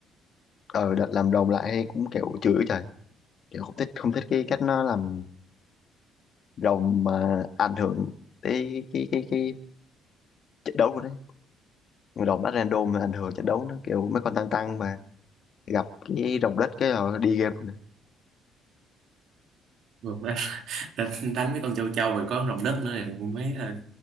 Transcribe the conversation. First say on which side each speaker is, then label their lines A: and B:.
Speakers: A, on the left; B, on the right.
A: ờ đợt làm rồng lại cũng kiểu chửi trời kiểu không thích không thích cái cách nó làm rồng mà ảnh hưởng tới cái cái cái trận đấu của nó rồng bắt random mà ảnh hưởng trận đấu nó kiểu mấy con tăng tăng mà gặp cái rồng đất cái rồi đi game rồi
B: Rồi đánh, <laughs> đánh, đánh mấy con châu châu rồi có rồng đất nữa thì cũng thấy là